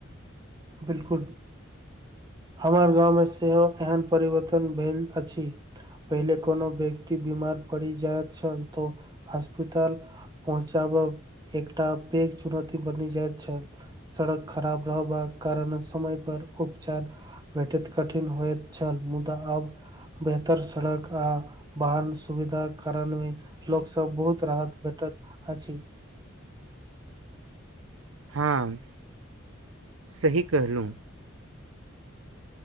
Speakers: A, on the right (about 20°); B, on the right (about 80°).
A: बिलकुल हमर गाँवमे सेहो एहन परिवर्तन भेल अछि पहिेले कोनो व्यक्ति बीमार परी जाइत छल त हॉस्पिटल पहुँचाबब एकटा पैघ चुनौती बनी जाइत छल सड़क खराब रहबाक कारण समय पर उपचार भेटैत कठिन होइत छल मुदा आब बेहतर सड़क आ वाहन सुविधा कारणमे लोक सब बहुत राहत भेटत अछी
B: हँ सही कहलहुँ